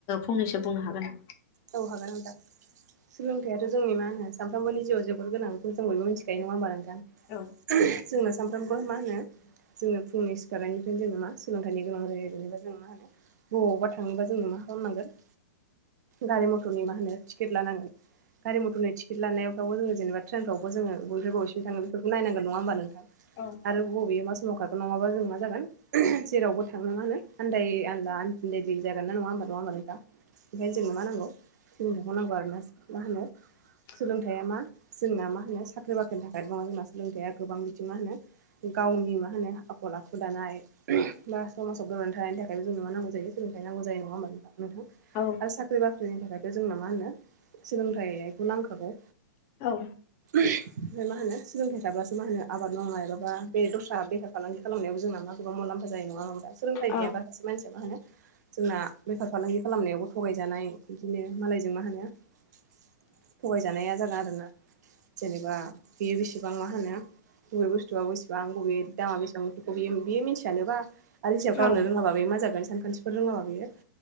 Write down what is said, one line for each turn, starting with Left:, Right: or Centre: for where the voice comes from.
Left: फंनैसो बुंनो हागोन।
Right: औ हागोन आं दा सोलोंथाइाथ' जोंनि मा होनो सानफ्रोमबोनि जिउआव जेबो गोनांखौ जों बयबो मिथिखायो नङा होमबा नोंथां
Left: औ
Right: जोंनो सानफ्रामबो मा होनो जोङो फुंनि सिखारनायनिफ्रायनो जोङो मा सोलोंथाइनि गोनां जायो जेनेबा जों मा होनो बबावबा थाङोबा जोंनो मा खालामनांगोन। गारि मथरनि मा होनो टिकेट लानांगोन गारि मथरनि टिकेट लानायफ्रावबो जोङो जेनेबा ट्रेननफ्राव जोंङो बबेनिफाय बबेसिम थांगोन‌ बेफोरखो नायनांगोन नंङा होमबा‌ नोंथां
Left: औ
Right: आरो बबेयो मा स माव खारगोन नङाबा जों मा जागोन जेरावबो थांनो मा होनानो आन्ददाय आनदला आन्दायलि जागोन नना नङा होम नङा माल दा ओंखायनो जोंनो मा नांगौ सोंथखौनांगौ आरोना मा होनो
Left: <inaudible>
Right: सोलोंथाइया मा जोंना मा होनो साख्रि बाख्रिनि थाखाय दङ जोंना सोलोंथाइया गोबां बिथिं मा होनो गावनि मा होनो आखल आखु दानाय बा समाजाव गोबनानै थानायनि थाखाय' जों मा नांगौ जायो। सोलोंथाइ नांगौ जायो नङा होमबा नों नोंथां।
Left: औ
Right: आरो साख्रि बाख्रिनि थाखायथ जोंनो मा होनो सोलोंथाइखौ नांखागौ।
Left: औ।
Right: फ्राय मा होनो सोलोंथाइ थाबासो मा होनो आबाद मावनो मायबाबा बे दस्रा बेफार फालांगि खालामनायाव जोंना मा गोबां मलामफा जायो नङा सोंथाइ
Left: औ
Right: गैया माखासेानसिया मा होनो जोंना बेफार फालांगि खालामनायावबो थगायजानाय बिदिनो मालायजों मा होनो थगायजानाया जागोन आरोना। जेनेबा बेयो बेसेबां मा होनो बबे बुस्थुआ बेसेबां बबे दामा बेसेबां बियो मिन्थियानोबा आरो रिसार्भ खालामनो
Left: औ
Right: रोङाब्ला बे मा जागोन सानखान्थिफोर रोङाब्लाोयो